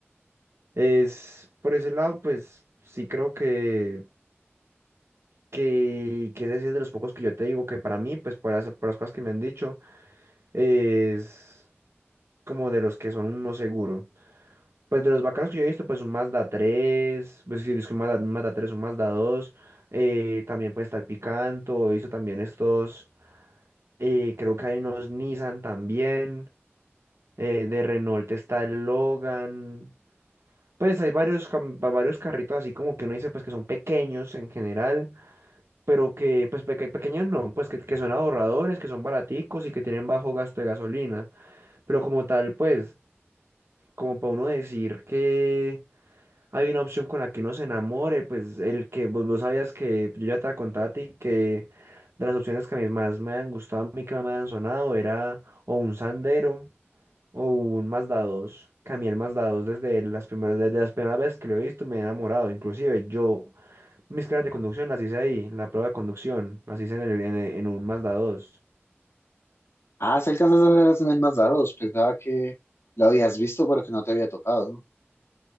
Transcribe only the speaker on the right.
Es, por ese lado, pues sí creo que, que, que ese sí es de los pocos que yo te digo que para mí, pues por las, por las cosas que me han dicho, es como de los que son un no seguro. Pues de los bacanos que yo he visto, pues un Mazda tres pues sí, disco un Mazda, un Mazda tres un Mazda 2, eh, también pues está el Picanto, hizo también estos. Eh, creo que hay unos Nissan también. eh, de Renault está el Logan. Pues hay varios, cam- va- varios carritos así como que uno dice pues que son pequeños en general, pero que pues peque- pequeños no, pues que, que son ahorradores, que son baraticos y que tienen bajo gasto de gasolina. Pero como tal, pues, como para uno decir que hay una opción con la que uno se enamore, pues el que vos, vos sabías que yo ya te contaba a ti que de las opciones que a mí más me han gustado, a mí que me han sonado era o un Sandero o un Mazda 2, que a mí el Mazda 2 desde las primeras, desde las primeras veces que lo he visto me he enamorado, inclusive yo mis clases de conducción las hice ahí, la prueba de conducción las hice en, el- en, el- en un Mazda 2.